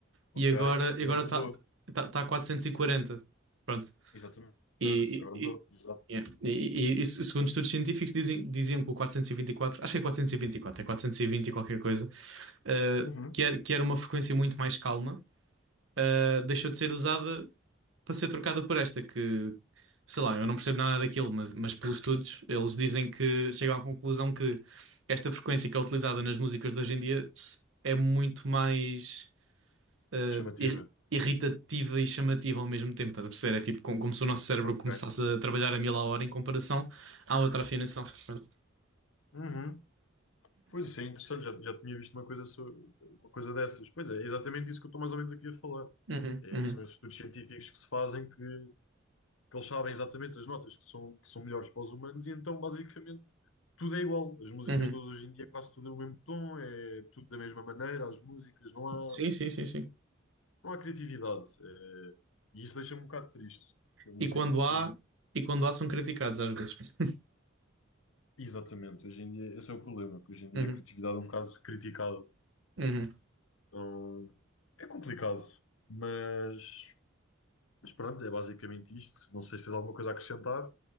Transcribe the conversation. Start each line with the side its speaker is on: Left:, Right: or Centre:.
Left: Ok?
Right: e agora
Left: E
Right: agora
Left: agora
Right: está
Left: mudou.
Right: tá, tá tá a 440. Pronto.
Left: Exatamente.
Right: E,
Left: Agora
Right: e,
Left: mudou.
Right: e-
Left: Exato.
Right: yeah. E- e- e isso, segundo estudos científicos, dizem, diziam que o quatrocentos e vinte e quatro acho que é 424 é 420 e vinte e qualquer coisa, eh,
Left: Uhum.
Right: que era, que era uma frequência muito mais calma ah, deixou de ser usada para ser trocada por esta, que sei lá, eu não percebo nada daquilo, mas, mas pelos estudos eles dizem que chegam à conclusão que esta frequência que é utilizada nas músicas de hoje em dia se- é muito mais ah,
Left: Chamativa.
Right: ir- irritativa e chamativa ao mesmo tempo, estás a perceber? É tipo como, como se o nosso cérebro
Left: Ok.
Right: começasse a trabalhar a mil a hora em comparação à outra afinação. Pronto.
Left: Uhum. Pois isso é interessante, já, já tinha visto uma coisa, so- uma coisa dessas. Pois é, é exatamente isso que eu estou mais ou menos aqui a falar.
Right: Uhum,
Left: É,
Right: uhum,
Left: são esses estudos científicos que se fazem que, que eles sabem exatamente as notas que são, que são melhores para os humanos e então basicamente tudo é igual. As músicas
Right: uhum.
Left: todas hoje em dia quase tudo é o mesmo tom, é tudo da mesma maneira, as músicas, não há,
Right: Sim, sim, sim, sim.
Left: não há criatividade. É, e isso deixa-me um bocado triste. porque A
Right: E
Left: música
Right: quando
Left: é uma
Right: há,
Left: coisa.
Right: e quando há são criticados às vezes. <laughs>
Left: Exatamente, hoje em dia esse é o problema, que hoje em
Right: Uhum,
Left: dia a criatividade é um bocado criticada.
Right: uhum.
Left: Então, é complicado, mas, mas pronto, é basicamente isto. Não sei se tens alguma coisa a acrescentar.